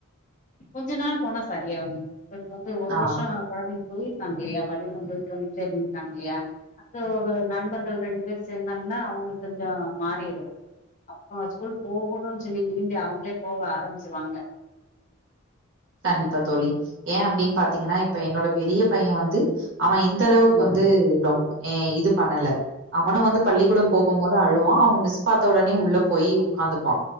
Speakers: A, on the left (about 35°); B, on the right (about 55°).
A: கொஞ்ச நாள் போனா சரியா வந்துரு ஒங்களுக்கு வந்து ஒரு
B: ஆ.
A: வர்ஷோ கொழந்தை போயிருக்காங்க இல்லயா பள்ளிகூடம் போய்ட்டு வந்து சேந்திருக்காங்க இல்லயா அப்டி ஒரு நண்பர்கள் ரெண்டு பேரு சேந்தாங் நா ஒங்களுக் கொஞ்சோ மாறிரு அப்ப ஸ்கூல் போகணுன்னு சொல்லி விரும்பி அவுங்களே போக ஆரபிச்சிருவாங்க. <inaudible>
B: கண்டிப்பா தோழி ஏ அப்டின்னு பாத்தீங்கன்னா இப்ப என்னோட பெரிய பைய வந்து அவே இந்தளவுக்கு
A: ம்
B: வந்து ரொம்ப ஏ இது பண்ணல அவனு வந்து பள்ளிகூடம்
A: ம்
B: போகும் போது அழுவா அவுங்க மிஸ் பாத்த உடனே உள்ள
A: ம்
B: போய் உக்காந்துப்பா.